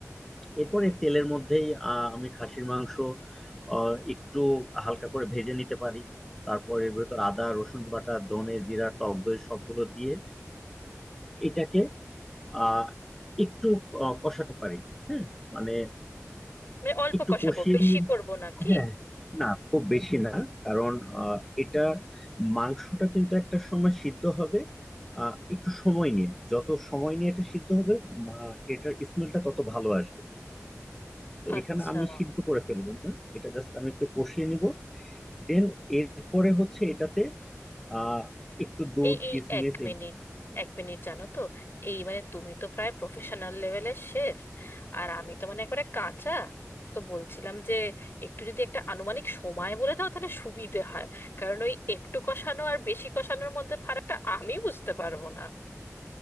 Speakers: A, in the centre; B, on the left.
A: এরপরে
B: হুম
A: তেলের মধ্যেই আহ, আমি খাসির মাংস আহ, একটু হালকা করে ভেজে নিতে পারি তারপর এর ভেতর আদা রসুন বাটা ধনে জিরা টক দই সবগুলো দিয়ে এটাকে আহ একটু আহ, কষাতে পারি হ্যাঁ মানে
B: মানে অল্প
A: একটু
B: কষাবো
A: কষিয়ে
B: বেশি
A: নিয়ে
B: করব না কি
A: হ্যাঁ না খুব বেশি না কারণ আহ, এটা মাংসটা কিন্তু একটা সময় সিদ্ধ হবে আহ, একটু সময় নিয়ে যত সময় নিয়ে এটা সিদ্ধ হবে মা- এটার স্মেলটা তত ভালো আসবে তো
B: আচ্ছা
A: এখানে আমি সিদ্ধ করে ফেলবো না এটা জাস্ট আমি একটু কষিয়ে নিব দেন এরপরে হচ্ছে এটাতে আহ একটু দুধ
B: এই এই
A: কিশমিশ
B: এক মিনিট এক মিনিট জানো তো এই মানে তুমি তো প্রায় প্রফেশনাল লেভেলের শেফ আর আমি তো মানে একবারে কাঁচা তো বলছিলাম যে একটু যদি একটা আনুমানিক সময় বলে দাও তাহলে সুবিধে হয় কারণ ওই একটু কষানো আর বেশি কষানোর মধ্যে ফারাকটা আমি বুঝতে পারবো না